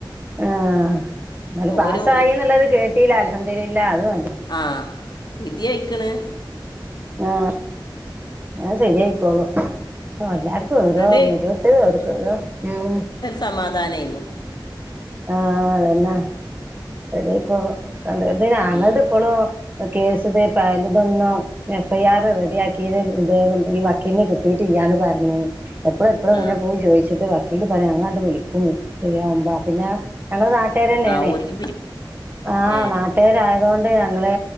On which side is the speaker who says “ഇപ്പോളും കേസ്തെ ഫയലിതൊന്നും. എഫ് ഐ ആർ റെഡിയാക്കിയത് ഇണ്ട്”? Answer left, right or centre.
Right